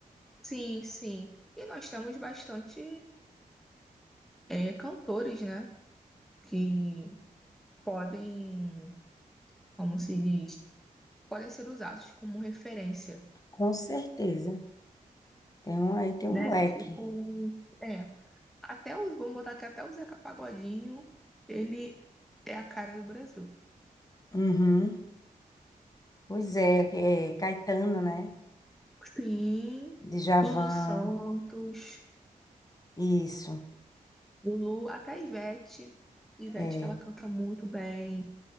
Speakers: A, in the centre; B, on the left.
A: Sim, sim. E nós temos bastante é, cantores, né? que podem, como se diz, podem ser usados como referência,
B: Com certeza. Tem um, aí tem
A: né?
B: um leque.
A: Tipo, é, até os, vamos botar aqui, até o Zeca Pagodinho, ele é a cara do Brasil.
B: Uhum. Pois é, é Caetano, né?
A: Sim,
B: Djavan,
A: Lulu Santos,
B: isso.
A: Lulu, até a Ivete. Ivete,
B: É,
A: ela canta muito bem.